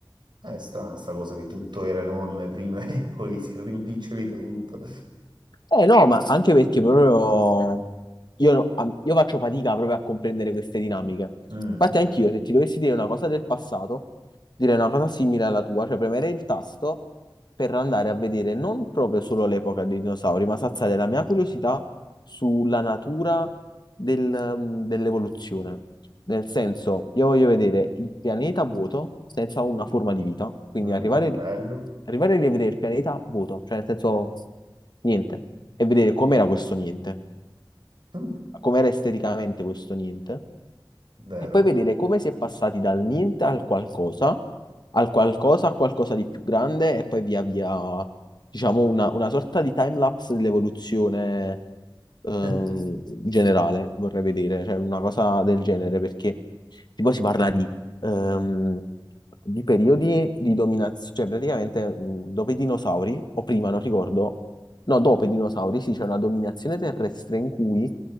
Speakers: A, on the right (about 65°); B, on the left (about 55°).
A: è strana sta cosa che tutto era enorme prima <laughs> e poi si è rimpicciolito tutto.
B: Eh no, ma anche perché proprio io, no- a- io faccio fatica proprio a comprendere queste dinamiche.
A: Mm,
B: Infatti anch'io, se ti dovessi dire una cosa del passato, direi una cosa simile alla tua, cioè premere il tasto per andare a vedere non proprio solo l'epoca dei dinosauri, ma saziare la mia curiosità sulla natura del- mm, dell'evoluzione. Nel senso, io voglio vedere il pianeta vuoto senza una forma di vita, quindi
A: mm,
B: arrivare,
A: bello,
B: arrivare a rivedere il pianeta vuoto, cioè nel senso niente, e vedere com'era questo niente,
A: Mm,
B: com'era esteticamente questo niente,
A: vero?
B: e poi vedere come si è passati dal niente al qualcosa, al qualcosa, a qualcosa di più grande, e poi via via, diciamo, una, una sorta di time lapse dell'evoluzione ehm,
A: <laughs>
B: in generale vorrei vedere, cioè una cosa del genere, perché tipo si parla di, ehm, di periodi di dominazione, cioè praticamente mh, dopo i dinosauri, o prima, non ricordo, no, dopo i dinosauri, sì, c'è una dominazione terrestre in cui